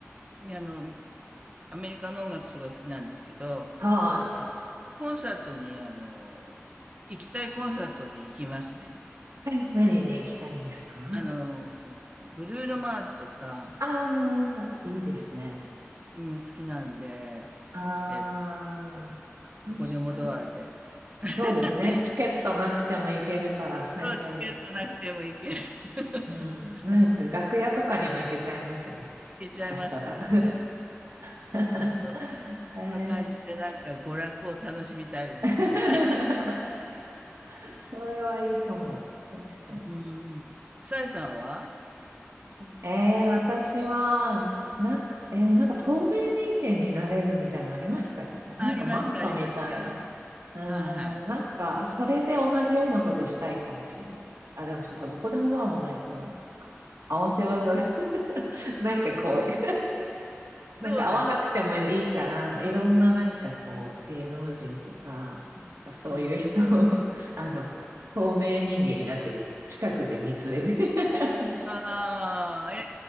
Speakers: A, on the right (about 30°); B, on the right (about 85°).
A: 音あの、アメリカの音楽すごい好きなんですけど、
B: は
A: あのコンサートに、あの行きたいコンサートに行きますね。
B: い。え、何に行きたいんですか
A: あのブルーノ・マーズとか、
B: ああー、いいですね。
A: うん、好きなんで、
B: ああ、
A: えっと、
B: 確かに。
A: どこでもドアで、
B: そうですね。
A: <laughs>
B: チケットなくても行けるから最高ですね。
A: そう、チケットなくても行ける。<laughs>
B: うん。なんか楽屋とかにも行けちゃいますもんね
A: いけちゃいますからね。
B: 下手したら。<laughs>
A: ほんと。
B: えー
A: そんな感じでなんか娯楽を楽しみたいですね。
B: <laughs>
A: <laughs>
B: それはいいかも。確かに。
A: うんうん。さえさんは？
B: えー、私は、な、えーなんか透明人間になれるみたいなのありましたっけなんかマンタみたいな。
A: あ、ありました、ありました。
B: うーん、
A: はいはい。
B: なんか、それで同じようなことしたいかもしれん。あ、でもそっか、どこでもドアもないとダメな合わせ技が、<laughs> なんかこう、
A: そうですね。
B: なんか合わなくてもいいから、いろんななんかこう、芸能人とか、なんかそういう人を、
A: うん。
B: <laughs> あの、透明人間になって、近くで見つめて <laughs>
A: ああ、え、